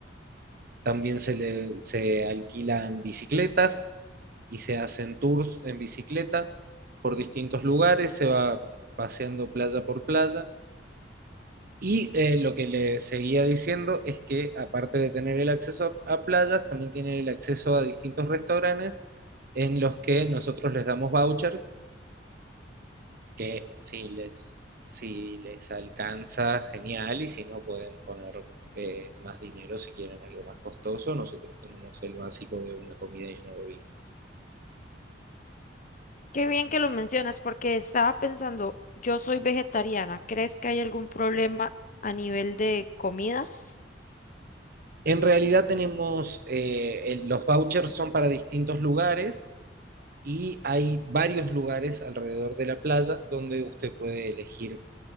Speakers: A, on the right; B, on the left.
A: También se, le- se alquilan bicicletas y se hacen tours en bicicleta por distintos lugares, se va paseando playa por playa. Y eh, lo que le seguía diciendo es que aparte de tener el acceso a, a playas, también tiene el acceso a distintos restaurantes en los que nosotros les damos vouchers que si les, si les alcanza, genial, y si no pueden poner eh, más dinero si quieren algo más costoso, nosotros tenemos el básico de una comida y una bebida.
B: Qué bien que lo mencionas porque estaba pensando, yo soy vegetariana, ¿crees que hay algún problema a nivel de comidas?
A: En realidad tenemos, eh, el- los vouchers son para distintos lugares y hay varios lugares alrededor de la playa donde usted puede elegir